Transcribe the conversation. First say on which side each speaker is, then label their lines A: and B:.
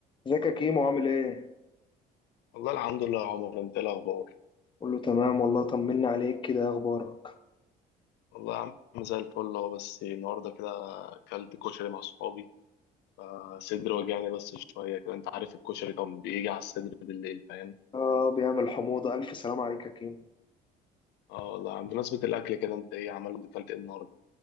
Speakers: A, on the left; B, on the left.
A: ازيك يا كيمو عامل ايه؟
B: والله الحمد لله يا عمر انت ايه الاخبار
A: قول له تمام والله طمنا عليك كده ايه اخبارك
B: والله يا عم زي الفل اهو بس النهارده كده اكلت كشري مع صحابي فصدري وجعني بس شويه كده انت عارف الكشري طبعا بيجي على الصدر بالليل فاهم
A: اه بيعمل حموضة الف سلام عليك يا كيمو
B: اه والله يا عم بمناسبه الاكل كده انت ايه عملت اكلت ايه النهارده